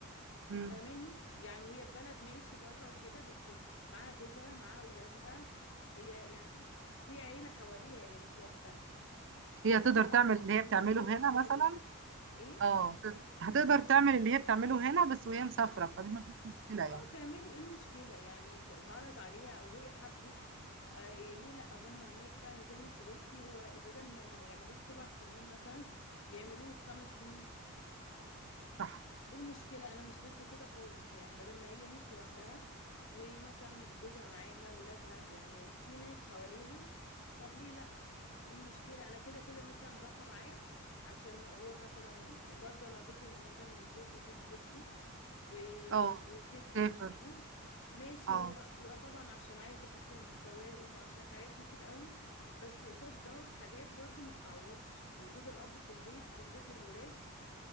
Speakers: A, on the right (about 55°); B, on the left (about 55°).
A: مم.
B: فاهماني يعني هي في بلد ماشي بره وكده بس معاها جوزها معاها اولادها هي يعني في عيله حواليها هي مش لوحدها
A: هي
B: فليه
A: تقدر
B: لا
A: تعمل
B: طبعا
A: اللي هي
B: انا مش
A: بتعمله
B: ضد الموضوع
A: هنا
B: ده
A: مثلا
B: جدا ايه
A: اه هتقدر تعمل اللي هي بتعمله هنا بس وهي مسافرة فدي ما فيش مشكلة
B: اه
A: يعني
B: تعملوا ايه المشكلة يعني ج- اتعرض عليها او هي حبت آه إيه ليه لا هم هناك فعلا زي ما انتي قلتي هو بدل ما اللي هيعملوه في سبع سنين مثلا يعملوه في خمس سنين
A: صح
B: ايه المشكلة انا مش ضد كده خالص يعني بدل ما هي مش لوحدها ومثلا جوزها معاها ولادها يعني في ناس حواليها طب ليه ايه المشكلة انا كده كده مثلا رايحة معاه عشان هو مثلا يعني برضو انا ضد ان مثلا الزوج يسيب زوجته و-
A: اه
B: ويسيب ولاده
A: تسافر
B: ماشي
A: اه
B: هو بيبقى طبعا عشان عايز يحسن مستواهم وعشان حاجات كتير قوي بس قصاد ده حاجات برضو ما تتعوضش وجود الاب في البيت بالذات للولاد